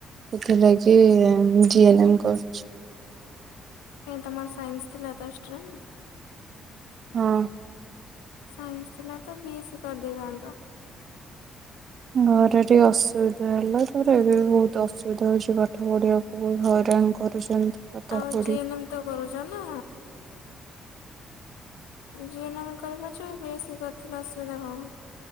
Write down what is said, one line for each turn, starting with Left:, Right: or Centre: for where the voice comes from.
Right: ସେଥିଲାଗି ଜିଏନେମ କରୁଛି।
Left: ନାଇଁ ତମର ସାଇନ୍ସ ଥିଲାତ ଅଷ୍ଟ୍ରମ।
Right: ହଁ।
Left: ସାଇନ୍ସି ଥିଲା ତ ବିଏସି କରିଦେଇଥାନ୍ତ।
Right: ଘରେ ଟିକେ ଅସୁବିଧା ହେଲା ତାପରେ ଏବେ ବି ବହୁତ ଅସୁବିଧା ହଉଛି ପାଠ ପଢିବା ବହୁତ ହଇରାଣ କରୁଛନ୍ତି। ଦାଦା
Left: ଆଉ
Right: ଖୁଡି
Left: ଜିଏନେମ ତ କରୁଛ ନା? ଜିଏନମ୍ କରିପାରୁଛ ବିଏଶି କରିଥିଲେ ଅସୁବିଧା କଣ?